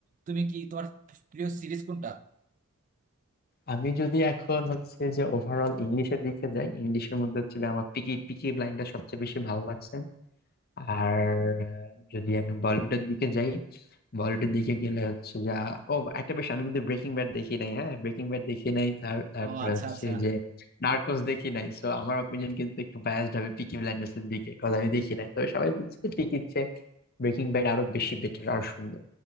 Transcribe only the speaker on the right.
তুমি কি তোমার প্রিয় সিরিজ কোনটা
ও আচ্ছা
আচ্ছা